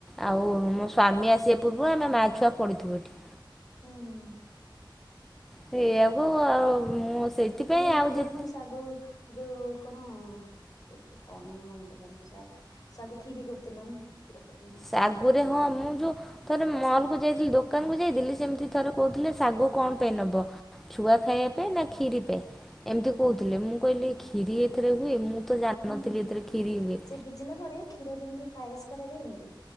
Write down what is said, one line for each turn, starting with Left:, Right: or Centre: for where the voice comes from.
Centre: ଆଉ ମୋ ସ୍ୱାମୀ ଆସିବା ପୂର୍ବରୁ ଆମେ ମାଆଛୁଆ ପଡ଼ିଥିବୁ ଏଠି।
Left: ହୁଁ
Centre: ସେଇଆକୁ ଆଉ ମୁଁ ସେଇଥିପାଇଁ
Left: ଇଏ କରିଦେଲେଣିି
Centre: ଆଉ ଯେତେ
Left: ସାଗୁ ଯୋଉ କଣ କଉଥିଲ କଣଇନା ମନେ ପଡିଲାନି ଶାଗ ସାଗୁ କ୍ଷୀରି କରିଦେଲନି କ୍ଷୀର ପକେଇକି।
Centre: ତା ଆଗରେ ହଁ ମୁଁ ଯେଉଁ ଥରେ ମଲ କୁ ଯାଇଥିଲି ଦୋକାନ କୁ ଯାଇଥିଲି ସେମିତି ଥରେ କହୁଥିଲେ ଶାଗ କଣ ପାଇଁ ନବ। ଛୁଆ ଖାଇବା ପାଇଁ ଖିରି ପାଇଁ ଏମିତି
Left: ହୁଁ
Centre: କହୁଥିଲେ ମୁଁ କହିଲି କ୍ଷୀରି ଏଥିରେ ହୁଏ ମୁଁ ତ ଜାଣିନଥିଲି
Left: ହୁଁ ହୁଁ
Centre: ଏଥିରେ କ୍ଷୀରି ହୁଏ।
Left: ସେ ଭିଜିଲା ପରେ କ୍ଷୀର ଯେମିତି ପାଏସ କରାଯାଏନି କି